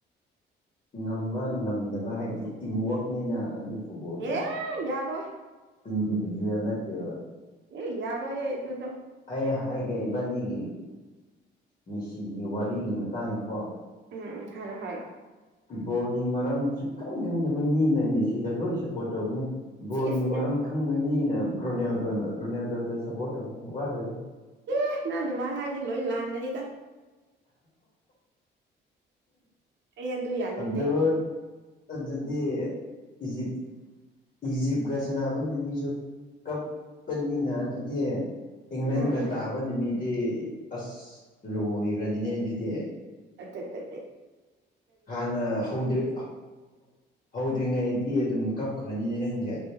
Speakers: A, on the left (about 45°); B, on the right (about 65°).
A: ꯉꯝꯕ ꯉꯝꯗꯕ ꯍꯥꯏꯕꯗꯤ ꯇꯤꯝꯋꯛꯅꯤꯅ ꯑꯗꯨ ꯐꯨꯠꯕꯣꯜꯗꯤ
B: ꯑꯦ ꯌꯥꯔꯣꯏ
A: ꯏꯟꯗꯤꯚꯖꯨꯋꯦꯜ ꯅꯠꯇꯦ
B: ꯑꯦ ꯌꯥꯔꯣꯦꯗꯣ
A: ꯑꯩ ꯍꯥꯏꯒꯦ ꯏꯕꯥꯅꯤꯒꯤ ꯃꯤꯁꯤꯒꯤ ꯋꯥꯔꯤꯒꯤ ꯃꯇꯥꯡꯗꯀꯣ
B: ꯎꯝ ꯍ ꯍꯥꯎ
A: ꯕꯣꯜꯒꯤ ꯃꯔꯝ ꯁꯨꯈꯪ ꯈꯪꯗꯕ ꯃꯤꯅ ꯃꯤꯁꯤꯗ ꯂꯣꯏ ꯁꯄꯣꯔꯠ ꯇꯧꯕꯅꯦ ꯕꯣꯒꯤ
B: ꯁꯤꯁ
A: ꯃꯔꯝ ꯈꯪꯕ ꯃꯤꯅ ꯔꯣꯅꯦꯜꯗꯣꯅ ꯔꯣꯅꯦꯜꯗꯣꯗ ꯁꯞꯄꯣꯔꯠ ꯇꯧꯕꯅꯤ ꯋꯥꯠꯂꯣꯏꯔꯥ
B: ꯑꯦ ꯅꯪ ꯑꯗꯨꯃꯥꯏꯅ ꯍꯥꯏꯗꯤ ꯂꯣꯏ ꯂꯥꯟꯒꯅꯤꯗ ꯑꯩ ꯑꯗꯨ ꯌꯥꯅꯤꯡꯗꯦ
A: ꯑꯗꯨꯗ ꯑꯗꯨꯗꯤ ꯏꯖꯤꯞ ꯏꯖꯤꯞꯀ ꯁꯥꯟꯅꯕ ꯅꯨꯃꯤꯠꯁꯨ ꯀꯞꯄꯅꯤꯅ ꯑꯗꯨꯗꯤ ꯏꯪꯂꯪꯒ
B: ꯎꯝ ꯎꯝ
A: ꯇꯥꯕ
B: ꯎꯝ
A: ꯅꯨꯃꯤꯗꯤ ꯑꯁ ꯂꯣꯏꯈ꯭ꯔꯅꯤꯅꯦ ꯑꯗꯨꯗꯤ
B: ꯑ ꯇ ꯑ
A: ꯍꯥꯟꯅ ꯍꯧꯗ꯭ꯔꯦ ꯍꯧꯗ꯭ꯔꯤꯉꯩꯗꯒꯤ ꯑꯗꯨꯝ ꯀꯞꯈ꯭ꯔꯅꯤꯅꯦ ꯅꯪꯁꯦ